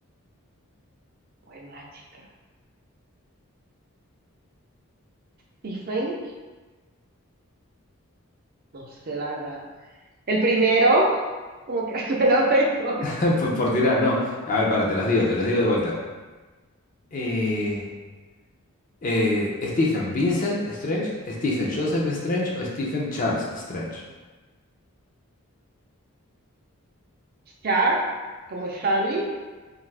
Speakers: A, on the right (about 45°); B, on the left (about 35°).
A: Bueno, chica. Stephen, no sé la verdad. El primero, como que <laughs> suena mejor.
B: <laughs> Por, por tirar, no. A ver, para, te los digo, te los digo de vuelta. Eh, eh, Stephen Vincent Strange, Stephen Joseph Strange o Stephen Charles Strange.
A: Char, como Charlie.